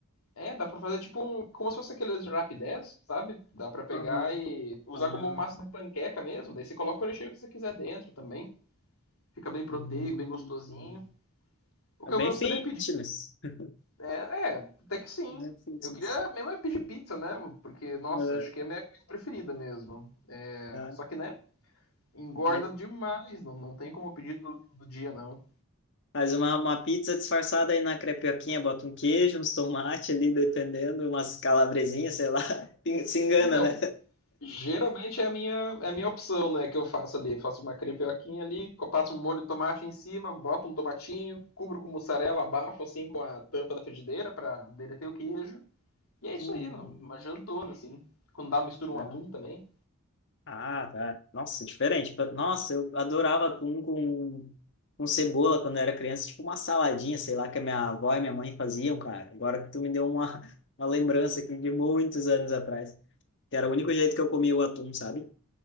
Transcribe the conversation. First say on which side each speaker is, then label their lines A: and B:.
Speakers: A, on the left; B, on the left.
A: é, dá pra fazer tipo um, como se fosse aqueles rapidez, sabe? Dá pra pegar
B: Aham.
A: e usar
B: Ah,
A: como massa de panqueca mesmo. Daí você coloca o recheio que você quiser dentro também. Fica bem proteico,
B: hum.
A: bem gostosinho. O
B: É
A: que
B: bem
A: eu gostaria
B: fitness.
A: de pedir
B: <laughs>
A: é, é, até que sim.
B: Bem fitness.
A: Eu queria mesmo é pedir pizza, né? Porque, nossa,
B: Ah,
A: acho que é a minha comida preferida mesmo. É,
B: ah.
A: só que, né? Engorda
B: Mas
A: demais, não, não tem como pedir tudo do dia, não.
B: Faz uma, uma pizza disfarçada aí na crepioquinha, bota um queijo, uns tomate ali, dependendo, umas calabresinhas, sei lá. <laughs> Se se engana,
A: Então,
B: né?
A: geralmente é a minha, é a minha opção, né, que eu faço ali. Faço uma crepioquinha ali, co- passo um molho de tomate em cima, boto um tomatinho, cubro com mussarela, abafo assim com a tampa da frigideira para derreter o queijo. E é isso
B: Uhum.
A: aí, não, uma jantona, assim. Quando dá, mistura
B: Não.
A: um atum também.
B: Ah, tá. Nossa, diferente. Pa- Nossa, eu adorava atum com, com cebola quando eu era criança, tipo uma saladinha, sei lá, que a minha avó e minha mãe faziam, cara. Agora que tu me deu uma, uma lembrança aqui de muitos anos atrás, que era o único jeito que eu comia o atum, sabe?